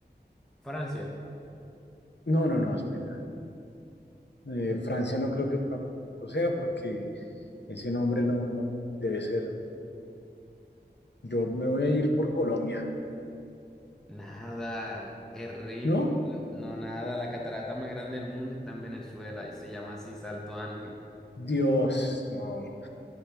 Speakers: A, in the centre; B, on the left (about 75°).
A: Francia.
B: No, no, no, espera. Eh, Francia no creo que tampoco sea porque ese nombre no, no debe ser. Yo me voy a ir por Colombia,
A: Nada, el ri-
B: ¿no?
A: no nada, la catarata más grande del mundo está en Venezuela y se llama así Salto Ángel.
B: Dios, no,